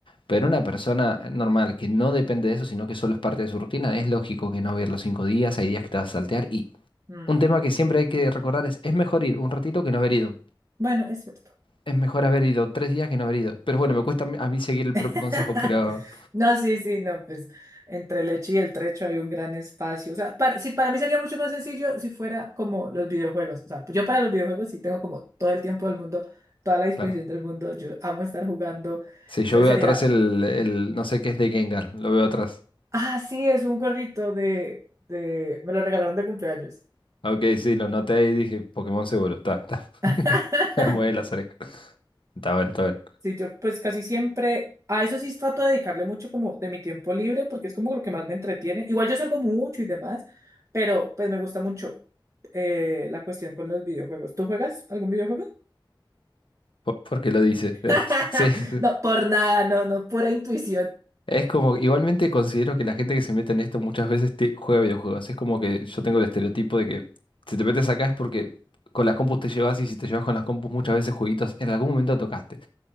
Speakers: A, on the left; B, on the right.
A: Pero una persona normal que no depende de eso, sino que solo es parte de su rutina, es lógico que no va a ir los cinco días, hay días que te vas a saltear. Y
B: Mm,
A: un tema que siempre hay que recordar es, es mejor ir un ratito que no haber ido.
B: Bueno, es cierto.
A: Es mejor haber ido tres días que no haber ido. Pero bueno, me cuesta a mí a mí seguir el
B: <laughs>
A: propio consejo, pero
B: No, sí, sí, no, pues entre el hecho y el trecho hay un gran espacio. O sea, para, sí, para mí sería mucho más sencillo si fuera como los videojuegos. O sea, yo para los videojuegos sí tengo como todo el tiempo del mundo, toda la disposición
A: claro.
B: del mundo. Yo amo estar jugando.
A: Sí,
B: Entonces
A: yo veo
B: sería
A: atrás el, el no sé qué es de Gengar, lo veo atrás.
B: Ah, sí, es un gorrito de, de... Me lo regalaron de cumpleaños.
A: Ah, Ok, sí, lo noté y dije, Pokémon seguro, está, está.
B: <laughs>
A: <laughs> Mueve las orejas. Está bueno, está bueno.
B: Sí, yo pues casi siempre... A eso sí trato de dedicarle mucho como de mi tiempo libre porque es como lo que más me entretiene. Igual yo salgo mucho y demás, pero pues me gusta mucho eh, la cuestión con los videojuegos. ¿Tú juegas algún videojuego?
A: Po- Porque lo dice.
B: <laughs>
A: <laughs> Sí, sí.
B: No, por nada, no, no, pura intuición.
A: es como, igualmente considero que la gente que se mete en esto muchas veces te- juega videojuegos. Es como que yo tengo el estereotipo de que si te metes acá es porque con las compus te llevas y si te llevas con las compus muchas veces jueguitos en algún momento tocaste.